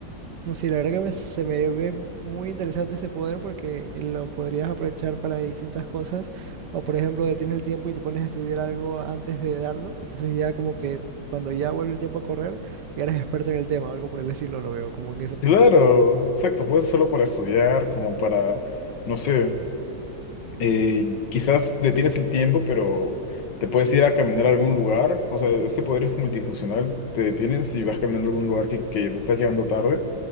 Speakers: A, on the right (about 70°); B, on the left (about 70°).
A: No sé, la verdad que me- se me ve muy interesante ese poder porque lo podrías aprovechar para distintas cosas. O por ejemplo, detienes el tiempo y te pones a estudiar algo antes de darlo. Entonces ya como que cuando ya vuelve el tiempo a correr, ya eres experto en el tema o algo por el estilo, lo veo como en ese punto.
B: Claro, exacto, puede ser solo para estudiar, como para, no sé. eh, quizás detienes el tiempo, pero te puedes ir a caminar a algún lugar. O sea, este poder es multifuncional. Te detienes y vas caminando a algún lugar que, que estás llegando tarde